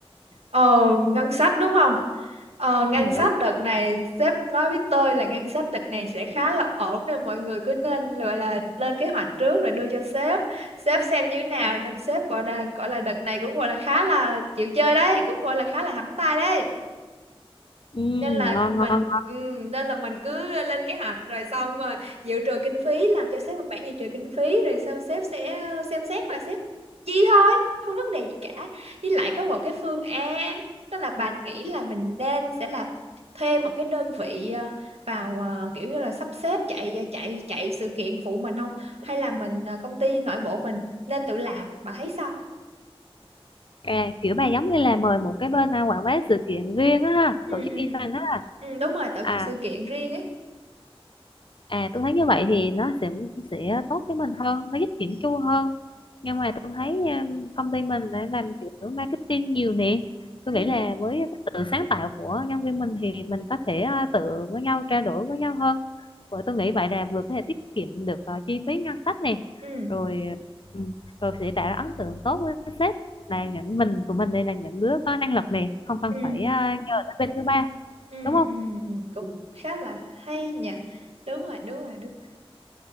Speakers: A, on the right (about 85°); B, on the left (about 55°).
A: Ờ, ngân sách đúng không? Ờ, ngân
B: ừ,
A: sách
B: đúng
A: đợt này sếp nói với tôi là ngân sách đợt này sẽ khá là ổn nên mọi người cứ nên gọi là lên kế hoạch trước rồi đưa cho sếp. Sếp xem như thế nào nên sếp gọi là gọi là đợt này cũng gọi là khá là chịu chơi đấy, cũng gọi là khá là thẳng tay đấy
B: ừ,
A: nên là
B: ngon
A: mình
B: ngon
A: ừ, nên là mình cứ lên kế hoạch rồi xong mà dự trù kinh phí làm cho sếp một bản dự trù kinh phí rồi xong sếp sẽ xem xét mà sếp chi thôi không vấn đề gì cả với lại có một cái phương án đó là bạn nghĩ là mình nên sẽ là thuê một cái đơn vị ờ, vào ờ, kiểu như là sắp xếp chạy ờ, chạy chạy sự kiện phụ mình không hay là mình ờ, công ty nội bộ mình nên tự làm bà thấy sao
B: À, kiểu bà giống như là mời một cái bên à, quảng bá sự kiện riêng á ha,
A: ừ,
B: tổ chức
A: ừ.
B: event á.
A: ừ, đúng rồi tổ
B: À
A: chức sự kiện riêng ấy
B: à tôi thấy như vậy thì nó sẽ sẽ tốt với mình hơn nó giúp chỉnh chu hơn nhưng mà tôi thấy um, công ty mình đã làm kiểu marketing nhiều nè tôi
A: ừ,
B: nghĩ là với cái tự sáng tạo của nhân viên mình thì mình có thể uh, tự với nhau trao đổi với nhau hơn Vậy tôi nghĩ vậy là vừa có thể tiết kiệm được ờ, chi phí ngân sách này
A: ừ.
B: rồi ừ, rồi sẽ tạo ra ấn tượng tốt với sếp là những mình tụi mình đây là những đứa có năng lực này không cần
A: Ừ.
B: phải ờ, nhờ đến bên thứ ba
A: ừ
B: đúng không
A: ừ ừ, cũng khá là hay nhỉ đúng rồi đúng rồi đúng rồi